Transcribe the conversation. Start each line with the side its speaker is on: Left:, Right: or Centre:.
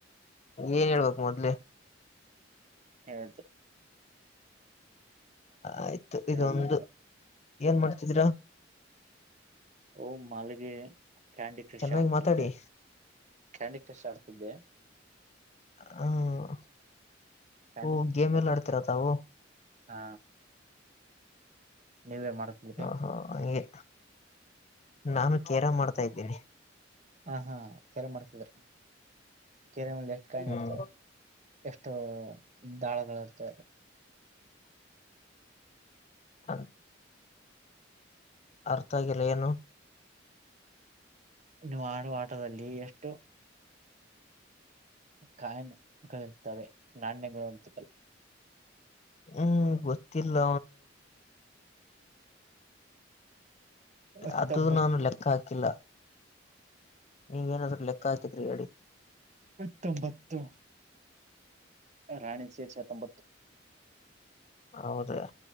Left: ಏನ್ ಹೇಳ್ಬೇಕು ಮೊದ್ಲೆ
Right: ಹಾ
Left: ಆಯ್ತು ಇದೊಂದು
Right: ಕೇಳಲ್ಲ ನೀವು
Left: ಏನ್
Right: ಹ್ಮ್.
Left: ಮಾಡ್ತಿದೀರಾ
Right: ಓ ಮಾಲ್ಲಿಗೆ ಕ್ಯಾಂಡಿ ಕ್ರಷ್
Left: ಚೆನ್ನಾಗಿ
Right: ಆಡ್ತಿದ್ದೆ
Left: ಮಾತಾಡಿ
Right: ಕ್ಯಾಂಡಿ ಕ್ರಾಸ್ ಆಡ್ತಿದ್ದವೆ
Left: ಹ್ಮ
Right: ಕ್ಯಾಂಡಿ
Left: ಓ
Right: ಕ್ರಶ್
Left: ಗೇಮ್ ಎಲ್ಲ ಆಡ್ತಿರತವು
Right: ಹಾ ನೀವೇ ಮಾಡ್ತಿದ್ರಿ
Left: ಹಹೋ ಹಗೆ ನಾನು ಕೇರಾ ಮಾಡ್ತಾ ಇದ್ದೀನಿ
Right: ಹಾ ಹಾ <unintelligible> ಕೆರೆ ಮಲೆ ಎಷ್ಟು ಕಾಯಿ
Left: ಹ್ಮ್
Right: ಇರ್ತವೆ ಎಷ್ಟು ದಾಳಗಳು ಇರ್ತವೆ ಅದು
Left: ಹ ಅರ್ಥ ಆಗಲ್ಲ ಏನು
Right: ಇನ್ನು ಆಡು ಆಟದಲ್ಲಿ ಎಷ್ಟು ಕಾಯಗಳತವೆ ನಾಣ್ಯಗಳು ಅಂತ
Left: ಹ್ಮ್ ಗೊತ್ತಿಲ್ಲ
Right: ಹತ್ತೊಂಬತ್ತು
Left: ಅದು ನಾನು ಲೆಕ್ಕ ಹಾಕಿಲ್ಲ ನೀವ ನಾದ ಲೆಕ್ಕಾ ಹಾಕಿದ್ರೆ ಹೇಳಿ
Right: ಇಪ್ಪತ್ತೊಂಬತ್ತು ರಾಣಿ ಸೇರಿ ಸತ ಒೊಂಬತ್ತು
Left: ಹೌದ